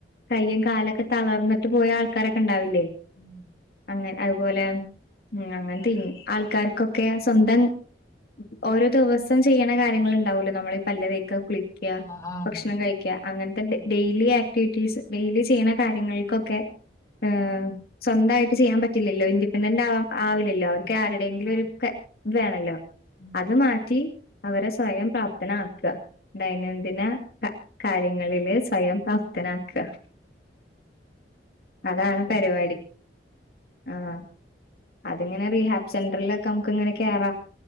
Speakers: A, on the left (about 60°); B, on the left (about 20°).
A: കയ്യും കാലൊക്കെ തളർന്നിട്ട് പോയ ആൾക്കാരൊക്കെ ഇണ്ടാവില്ലേ.
B: ഉം.
A: അങ്ങെ അതുപോലെ ഉം അങ്ങൻത്തിൻ <unintelligible> ആൾക്കാർക്കൊക്കെ സ്വന്തം. ഓരോ ദെവസം ചെയ്യ്ണ കാര്യങ്ങള് ഇണ്ടാവല്ലൊ. നമ്മള് ഈ പല്ല്തേക്ക കുളിക്ക്യ.
B: ആഹ് ആഹ്.
A: ഭക്ഷണം കഴിക്ക്യ. അങ്ങൻത്തെ ഇണ്ട്.
B: ആഹ്
A: ഡെയിലി ആക്ടിവിറ്റീസ് ഡെയിലി ചെയ്യ്ണ കാര്യങ്ങൾക്കൊക്കെ
B: ഉം
A: ഏഹ്. സ്വന്തായിട്ട് ചെയ്യാൻ പറ്റില്ലല്ലോ ഇൻഡിപെൻഡന്റ് ആവാം. ആവില്ലല്ലോ.
B: അതെ
A: അവർക്ക് ആരുടെങ്കിലും
B: ആഹ്
A: ഒരു ഇ വേണല്ലോ
B: ഉം
A: അത് മാറ്റി. അവരെ സ്വയം പ്രാപ്തനാക്ക. ദൈനംദിന ക കാര്യങ്ങളില് സ്വയം പ്രാപ്തനാക്ക. അതാണ്
B: ഇവൽക്കെ
A: പരിപാടി. ആഹ്. അതിങ്ങനെ റീഹാബ് സെന്ററിലൊക്കെ നമുക്ക് ഇങ്ങനെ കേറ.